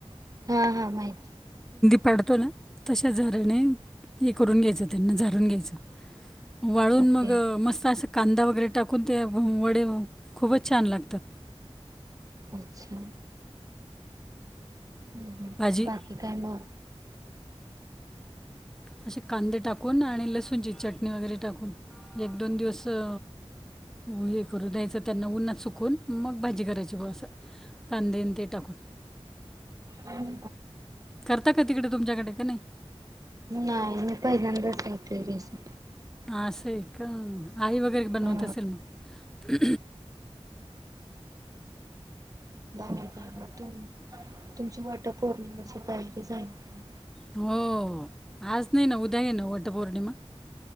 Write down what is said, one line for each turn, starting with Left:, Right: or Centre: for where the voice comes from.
Right: हा हा माहित
Centre: पडतो ना तश्या झाऱ्याने हे करून घ्यायचं त्यांना झारुन घ्यायचं वाळून
Right: ओके
Centre: मग मस्त असं कांदा वगैरे टाकून ते आपण वडे खूपच छान लागतात
Right: अच्छा हम्म हम्म
Centre: भाजी
Right: बाकी काय म
Centre: असे कांदे टाकून आणि लसूणची चटणी वगैरे टाकून एक दोन दिवस अ हे करू द्यायचं त्यांना उन्हात सुकून मग भाजी करायची ब असं कांदेन ते टाकून
Right: हम् <inaudible> <unintelligible>
Centre: करता का तिकडे तुमच्याकडे का नाही
Right: नाही <unintelligible> <unintelligible> मी काय झंझट नाही करत
Centre: असं आहे का आई वगैरे बनवत
Right: हा
Centre: असेल म
Right: बाकी काय मग तुम्ही तुमची वटपौर्णिमेची तयारी जाईल का नाही
Centre: हो आज नाही ना उद्या आहे ना वटपौर्णिमा